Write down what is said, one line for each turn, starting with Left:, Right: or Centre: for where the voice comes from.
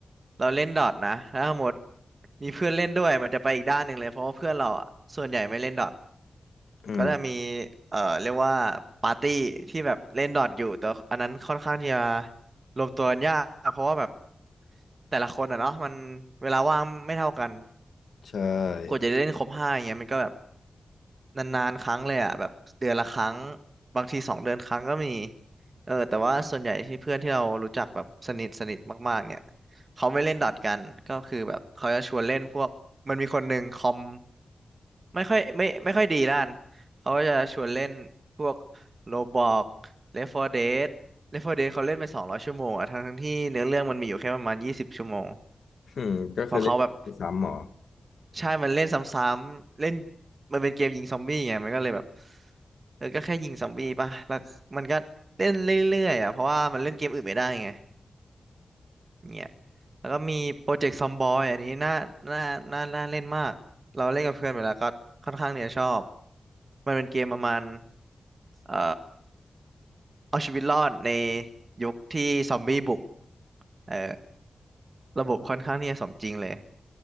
Right: เราเล่นดอทนะถ้าสมมติมีเพื่อนเล่นด้วยมันจะไปอีกด้านหนึ่งเลยเพราะว่าเพื่อนเราอ่ะส่วนใหญ่ไม่เล่นดอท
Left: อืม
Right: ก็จะมีเอ่อเรียกว่าปาร์ตี้ที่แบบเล่นดอทอยู่แต่อันนั้นค่อนข้างที่จะรวมตัวกันยากเพราะว่าแบบแต่ละคนอะเนาะมันเวลาว่างไม่เท่ากัน
Left: ใช่
Right: กว่าจะได้เล่นครบห้าอย่างเงี้ยมันก็แบบนานๆครั้งเลยอ่ะแบบเดือนละครั้งบางทีสองเดือนครั้งก็มีเออแต่ว่าส่วนใหญ่ที่เพื่อนที่เรารู้จักแบบสนิทสนิทมากๆเนี่ยเขาไม่เล่นดอทกันก็คือแบบเขาจะชวนเล่นพวกมันมีคนหนึ่งคอม ไม่ค่อยไม่ไม่ค่อยดีด้านเขาก็จะชวนเล่นพวกโรบอกเลฟ4 Dead เลฟ4 Dead เขาเล่นไปสองร้อยชั่วโมงอะทั้งทั้งที่เนื้อเรื่องมันมีอยู่แค่ประมาณยี่สิบชั่วโมง
Left: อืมก็คือเล่นซ้ำหรอ
Right: เพราะเขาแบบใช่มันเล่นซ้ำๆเล่นมันเป็นเกมยิงซอมบี้ไงมันก็เลยแบบเออก็แค่ยิงซอมบี้ป่ะแล้วมันก็เล่นเรื่อยๆอ่ะเพราะว่ามันเล่นเกมอื่นไม่ได้ไงเนี่ยแล้วก็มีโปรเจกต์ซอมบอยอันนี้น่าน่าน่าน่าเล่นมากเราเล่นกับเพื่อนไปแล้วก็ค่อนข้างเนี่ยชอบมันเป็นเกมประมาณ เอ่อเอาชีวิตรอดในยุคที่ซอมบี้บุกเออระบบค่อนข้างที่จะสมจริงเลย